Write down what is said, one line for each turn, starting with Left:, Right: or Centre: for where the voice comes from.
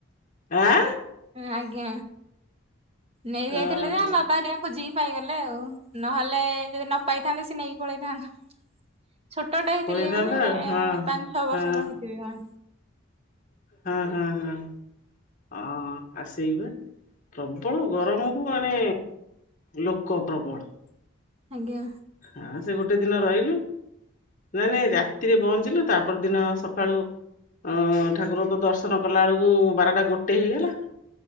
Left: ଆଁ
Right: ଆଜ୍ଞା ନେଇ ଯାଇଥିଲେ
Left: ଓହୋ
Right: ଯେ ଆମ ବାବା ହେରିକା ଖୋଜିକି ପାଇଗଲେ ଆଉ ନହେଲେ ଯଦି ନ ପାଇଥାନ୍ତେ ସିଏ ନେଇକି ପଳେଇଥାନ୍ତା। ଛୋଟଟା ହେଇଥିଲି
Left: ପଳେଇଥାନ୍ତା
Right: ମାନେ
Left: ଆଉ
Right: ପାଞ୍ଚ ଛଅ ବର୍ଷର
Left: ହଁ
Right: ହେଇଥିଲି ମ।
Left: ହଁ ହଁ ହଁ ହ ଆ ସେଇ ବା। ପ୍ରବଳ ଗରମକୁ ମାନେ ଲୋକ ପ୍ରବଳ।
Right: ଆଜ୍ଞା।
Left: ହଁ ସେ ଗୋଟେ ଦିନ ରହିଲି। ନାଇଁ ନାଇଁ ରାତିରେ ପଅଁଞ୍ଚିଲୁ ତା ପର ଦିନ ସଖାଳୁ ଅ ଠାକୁରଙ୍କ ଦର୍ଶନ କଲା ବେଳକୁ ବାରଟା ଗୋଟେ ହେଇଗଲା।